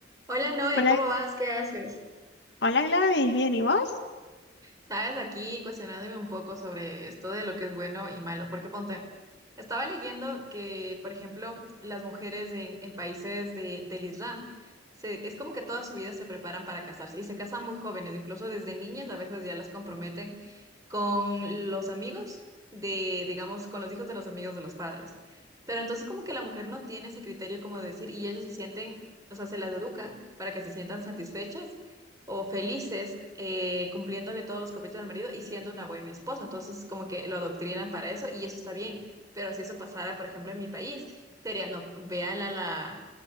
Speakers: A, on the right; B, on the left.
A: Hola Noé,
B: Hola,
A: ¿cómo vas? ¿Qué haces?
B: hola Gladys, ¿bien y vos?
A: Sabes, aquí cuestionándome un poco sobre esto de lo que es bueno y malo, porque ponte, estaba leyendo que, por ejemplo, las mujeres en, en países de- del Islam, se- es como que toda su vida se preparan para casarse y se casan muy jóvenes, incluso desde niñas a veces ya las comprometen con los amigos de, digamos, con los hijos de los amigos de los padres. Pero entonces como que la mujer no tiene ese criterio como de decir, y ellos se sienten, o sea, se las educa para que se sientan satisfechas o felices eh, cumpliéndole todos los caprichos al marido y siendo una buena esposa. Entonces, como que lo adoctrinan para eso y eso está bien. Pero si eso pasara, por ejemplo, en mi país, sería, no, vean a la,